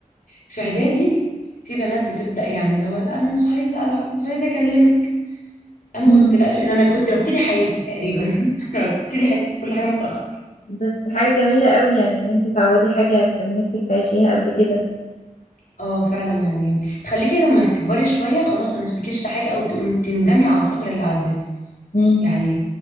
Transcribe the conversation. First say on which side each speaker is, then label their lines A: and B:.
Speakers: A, on the left; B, on the left.
A: في اعدادي في بنات بتبدا يعني لو لا انا مش عايزه العب مش عايزه اكلمك انا
B: امم
A: كنت لا انا كنت ببتدي حياتي تقريبا <laughs> انا ببتدي حياتي بكل حاجه متاخر
B: بس حاجة جميلة أوي يعني إن أنت تعوضي حاجة كان نفسك تعيشيها قبل كده
A: اه فعلا يعني تخليكي لما تكبري شوية خلاص ما نفسكيش في حاجة او تقول- تندمي على الفترة اللي عدت
B: مم.
A: يعني